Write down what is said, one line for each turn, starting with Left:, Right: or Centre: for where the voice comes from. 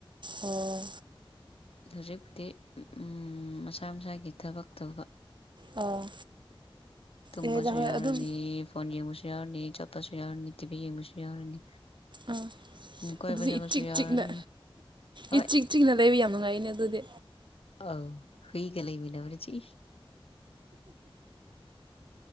Right: ꯑꯣ
Left: ꯍꯧꯖꯤꯛꯄꯨꯗꯤ ꯎꯝ ꯃꯁꯥ ꯃꯁꯥꯒꯤ ꯊꯕꯛ ꯇꯧꯕ
Right: ꯑꯣ
Left: ꯇꯨꯝꯕꯁꯨ
Right: ꯌꯥꯏꯗ ꯍꯣꯏ
Left: ꯌꯥꯎꯔꯅꯤ
Right: ꯑꯗꯨꯝ
Left: ꯐꯣꯟ ꯌꯦꯡꯕꯁꯨ ꯌꯥꯎꯔꯅꯤ ꯆꯠꯄꯁꯨ ꯌꯥꯎꯔꯅꯤ ꯇꯤꯚꯤ ꯌꯦꯡꯕꯁꯨ ꯌꯥꯎꯔꯅꯤ
Right: ꯑꯥ
Left: ꯎꯝ ꯀꯣꯏꯕ
Right: ꯑꯗꯨꯗꯤ
Left: ꯆꯠꯄꯁꯨ
Right: ꯏꯆꯤꯛ
Left: ꯌꯥꯎꯔꯅꯤ
Right: ꯆꯤꯛꯅ
Left: ꯍꯣꯏ
Right: ꯏꯆꯤꯛ ꯆꯤꯛꯅ ꯂꯩꯕ ꯌꯥꯝ ꯅꯨꯡꯉꯥꯏꯅꯦ ꯑꯗꯨꯗꯤ
Left: ꯑꯧ ꯍꯨꯏꯒ ꯂꯩꯃꯤꯟꯅꯕꯅ ꯆꯤꯛꯏ